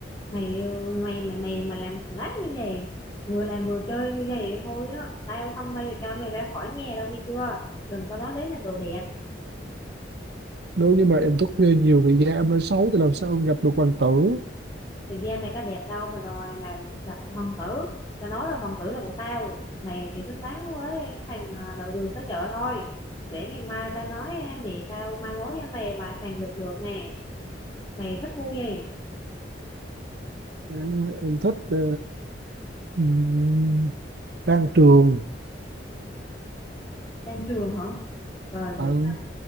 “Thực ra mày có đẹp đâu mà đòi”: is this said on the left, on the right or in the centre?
Left